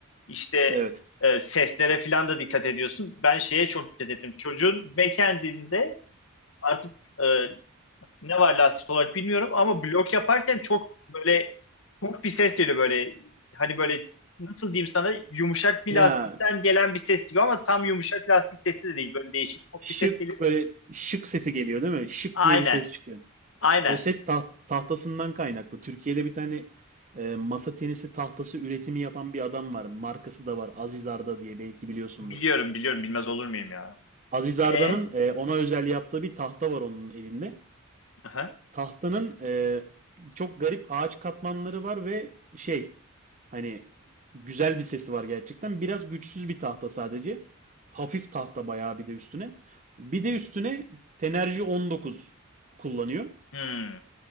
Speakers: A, on the left; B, on the right.
A: İşte
B: Evet.
A: e, seslere falan da dikkat ediyorsun. Ben şeye çok dikkat ettim. Çocuğun backhand'inde artık e, ne var lastik olarak bilmiyorum ama blok yaparken çok böyle çok bir ses geliyor böyle. Hani böyle nasıl diyeyim sana yumuşak bir
B: Ya
A: lastikten gelen bir ses gibi ama tam yumuşak lastik sesi de değil. Böyle değişik çok
B: şık
A: bir ses geliyor.
B: böyle şık sesi geliyor değil mi? Şık
A: Aynen.
B: diye bir ses çıkıyor.
A: Aynen.
B: O ses taht- tahtasından kaynaklı. Türkiye'de bir tane e, masa tenisi tahtası üretimi yapan bir adam var. Markası da var. Aziz Arda diye belki biliyorsundur.
A: Biliyorum biliyorum bilmez olur muyum ya.
B: Aziz Arda'nın
A: E?
B: e, ona özel yaptığı bir tahta var onun elinde.
A: Aha.
B: Tahtanın e, çok garip ağaç katmanları var ve şey hani güzel bir sesi var gerçekten. Biraz güçsüz bir tahta sadece. Hafif tahta bayağı bir de üstüne. Bir de üstüne Tenerji 19 kullanıyor.
A: Hmm.